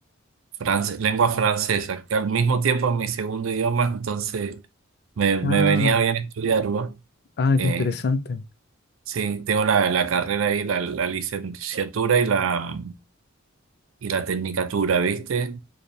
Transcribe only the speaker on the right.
france- lengua francesa, que al mismo tiempo es mi segundo idioma, entonces me,
me venía bien estudiarlo.
Eh,
sí, tengo la, la carrera ahí, la, la licenciatura y la, y la tecnicatura, ¿viste?